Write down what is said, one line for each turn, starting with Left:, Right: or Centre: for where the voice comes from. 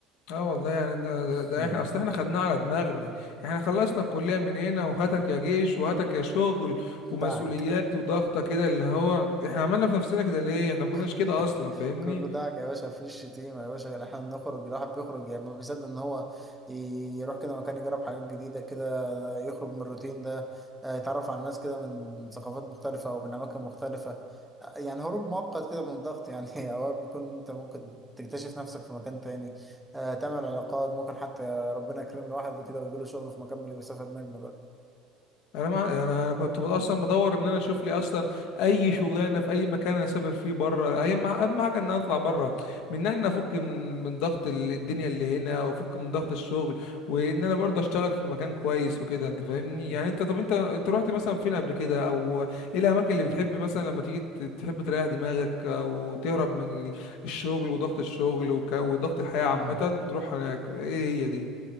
Left: اه والله يعني ده, ده,
Centre: هم.
Left: ده احنا اصل احنا خدناه على دماغنا احنا خلصنا الكلية من هنا وهاتك يا جيش وهاتك يا شغل
Centre: دعك
Left: ومسؤوليات وضغطة كده اللي هو احنا عملنا في نفسنا كده ليه احنا ما كناش
Centre: <laughs>
Left: كده اصلا فاهمني
Centre: كله دعك يا باشا مفيش شتيمة يا باشا إحنا بنخرج الواحد بيخرج يعني ما بيصدق إن هو ي- يروح كده مكان يجرب حاجات جديدة كده يخرج من الروتين ده آه، يتعرف على ناس كده من من ثقافات مختلفة أو من أماكن مختلفة آه، يعني هروب مؤقت كده من الضغط يعني <laughs> أوقات بيكون أنت ممكن تكتشف نفسك في مكان تاني آه، تعمل علاقات ممكن حتى ربنا يكرم الواحد كده ويجيله شغل في مكان اللي بيسافر منه بقى
Left: انا ما يعني انا كنت بد- اصلا بدور ان انا اشوف لي اصلا اي شغلانه في اي مكان انا اسافر فيه بره اي ما اهم حاجه ان انا اطلع بره من ان انا افك من من ضغط ال- الدنيا اللي هنا وافك من ضغط الشغل وان انا برضه اشتغل في مكان كويس وكده انت فاهمني
Centre: مم.
Left: يعني انت طب انت انت رحت مثلا فين قبل كده او ايه الاماكن اللي بتحب مثلا لما تيجي ت- تحب تريح دماغك او تهرب من ال- الشغل وضغط الشغل وك- وضغط الحياه عامه
Centre: مم.
Left: بتروح هناك ايه هي دي